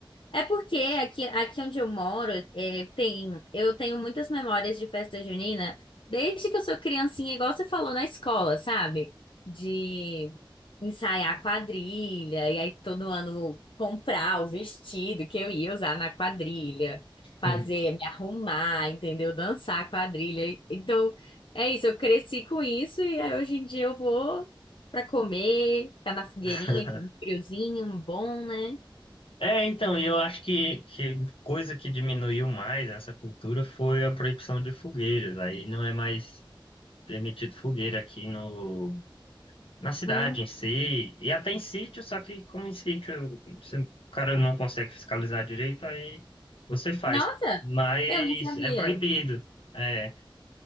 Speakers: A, on the left (about 70°); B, on the left (about 85°).
A: É porque aqui, aqui onde eu moro, é, tem, eu tenho muitas memórias de festa junina, desde que eu sou criancinha, igual você falou na escola, sabe? De ensaiar quadrilha, e aí todo ano comprar o vestido que eu ia usar na quadrilha, fazer,
B: Uhum.
A: me arrumar, entendeu? Dançar quadrilha. Então, é isso, eu cresci com isso, e aí hoje em dia eu vou pra comer, ficar na fogueirinha,
B: <laughs>
A: que é um friozinho, um bom, né?
B: É, então, e eu acho que, que coisa que diminuiu mais essa cultura foi a proibição de fogueiras. Aí não é mais permitido fogueira aqui no, na cidade
A: Hum.
B: em si, e até em sítio, só que como em sítio você- o cara não consegue fiscalizar direito, aí você faz.
A: Nossa,
B: Mas
A: eu não sabia.
B: é proibido. É,